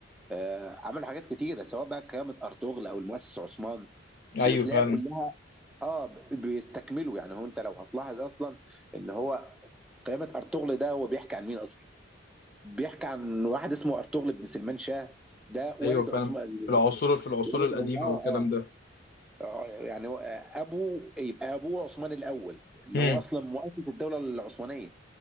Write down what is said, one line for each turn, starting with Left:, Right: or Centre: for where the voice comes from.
Centre: آه عملوا حاجات كتيره سواء بقى قيامه ارطغرل او المؤسس عثمان
Left: ايوه
Centre: وتلاقيها
Left: فعلا
Centre: كلها اه ب- بيستكملوا يعني هو انت لو هتلاحظ اصلا ان هو قيامه ارطغرل ده هو بيحكي عن مين اصلا؟ بيحكي عن واحد اسمه ارطغرل بن سلمان شاه ده والد
Left: ايوه فعلا
Centre: عثمان
Left: في العصور في العصور
Centre: والد
Left: القديمه
Centre: اه اه
Left: والكلام ده
Centre: آه، يعني هو- آه، ابو يبقى ابوه عثمان الاول اللي
Left: امم
Centre: هو اصلا مؤسس الدوله العثمانيه